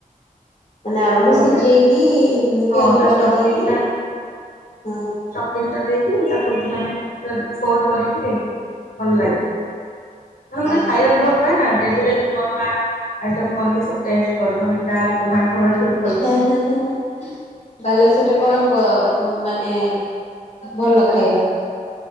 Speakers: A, on the left; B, on the left.
A: ମାନେ ଆଳୁକୁ ସିଝେଇକି
B: ଲାଗେ ହଁ
A: ପିଆଜ
B: ତା
A: ଲଙ୍କା
B: ଷ୍ଟପିଙ୍ଗ
A: ଦେଇକି ହଁ
B: ତିନି ଟା ଦେଇକି ତାକୁ ମାନେ ପୁରା ଫୋଲଡ୍ କରିକି ଭଲ ଲାଗେ,
A: ହଁ
B: ମାନେ ମତେ ଖାଇବାକୁ
A: ହଁ।
B: ଭଲ ପାଏ ନା ଡେଲି ଡେଲି ନୂଆ ନୂଆ ଆଇଟମ୍ କଲି ସବୁ ଟେଷ୍ଟ କରେ ମାନେ କାହାର କଉ <inaudible>
A: ହେଁ, ହେଁ, ହେଁ, ହେଁ। ବାଲେଶ୍ଵରରେ କଣ ପ ମାନେ ଭଲ ଖାଇବା?